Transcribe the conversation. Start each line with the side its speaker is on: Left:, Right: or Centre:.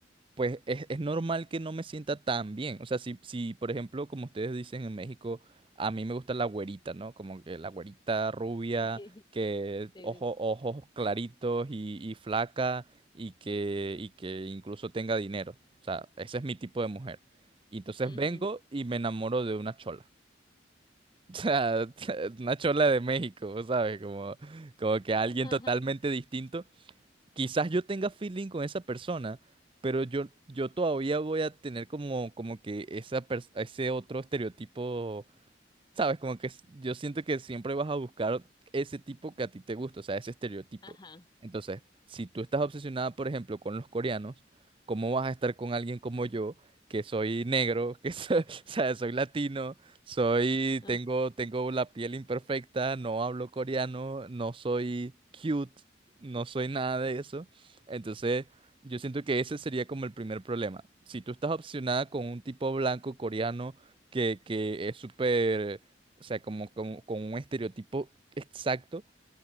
Right: pues es, es normal que no me sienta tan bien. O sea, si, si, por ejemplo, como ustedes dicen en México, a mí me gusta la güerita, ¿no? Como que la güerita rubia,
Left: <laughs>
Right: que
Left: Sí,
Right: ojo-
Left: sí, sí.
Right: ojos claritos y, y flaca y que, y que incluso tenga dinero. O sea, ese es mi tipo de mujer. Y entonces
Left: Ujú.
Right: vengo y me enamoro de una chola. <laughs> O sea, una chola de México, ¿sabes? Como, como que alguien
Left: Ajá,
Right: totalmente distinto quizás yo tenga feeling con esa persona, pero yo, yo todavía voy a tener como, como que esa pers- ese otro estereotipo Sabes, como que s- yo siento que siempre vas a buscar ese tipo que a ti te gusta, o sea, ese estereotipo.
Left: ajá.
Right: Entonces, si tú estás obsesionada, por ejemplo, con los coreanos, ¿cómo vas a estar con alguien como yo, que soy negro, que so- <laughs> o sea, soy latino, soy,
Left: Ah,
Right: tengo, tengo la piel imperfecta, no hablo coreano, no soy cute, no soy nada de eso? Entonces, yo siento que ese sería como el primer problema. Si tú estás obsesionada con un tipo blanco coreano que, que es súper o sea, como, como con un estereotipo exacto